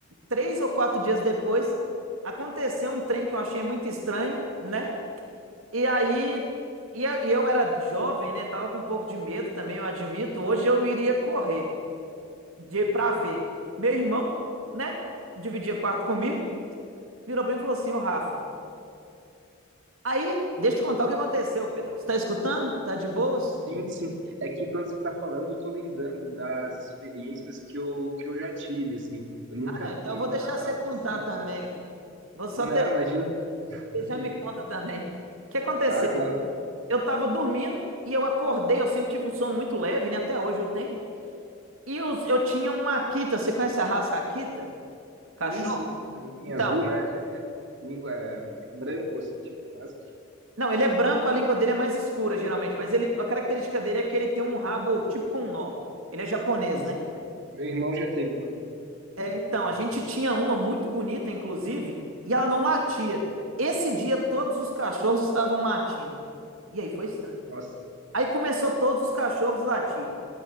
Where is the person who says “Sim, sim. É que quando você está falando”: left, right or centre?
Right